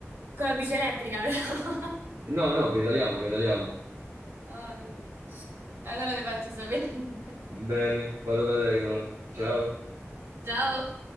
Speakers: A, on the right (about 60°); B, on the right (about 80°).
A: Con la bici elettrica, però.
B: No, no, pedaliamo, pedaliamo.
A: Ah, allora le faccio sapere. <laughs>
B: Bene, vado da Decathlon. Ciao.
A: Ciao.